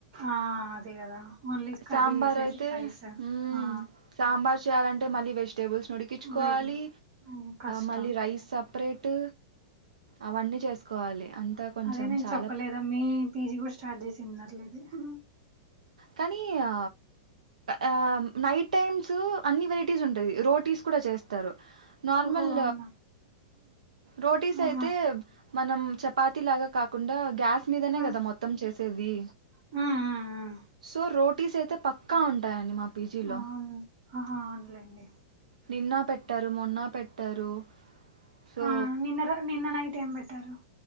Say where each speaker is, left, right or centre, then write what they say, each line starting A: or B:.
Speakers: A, on the right; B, on the right.
A: ఆ అది గదా ఓన్లీ కర్రీ
B: సాంబార్
A: చేసేసి
B: అయితే
A: రైస్
B: మ్మ్
A: ఆ
B: సాంబార్ చేయాలంటే మళ్ళీ వెజిటబుల్స్ ఉడికించువాలి
A: లేదు కష్టం
B: మళ్ళీ రైస్ సపరేట్ అవన్నీ చేసుకోవాలి. అంతా కొంచెం
A: అదే నేను
B: చాలా
A: చెప్పలేద మీ పీజీ గూడా స్టార్ట్ చేసిన్నారులేదు అ
B: కానీ ఆ ఆ నైట్ టైమ్స్ అన్ని వెరైటీస్ ఉంటది రోటీస్ కూడా చేస్తారు నార్మల్
A: ఓహో అవునా
B: రోటీస్
A: ఆహా
B: అయితే మనం చపాతి లాగా కాకుండా గ్యాస్ స్ మీదనే
A: ఆ
B: కదా మొత్తం చేసేది
A: ఆ ఆ
B: సో, రోటీస్ అయితే పక్కా ఉంటాయిడి మా పీజీలో.
A: అవును ఆహ అవును లేండి
B: నిన్న పెట్టారు మొన్న పెట్టారు సో,
A: ఆ నిన్నర నిన్ననైట్ ఏం పెట్టారు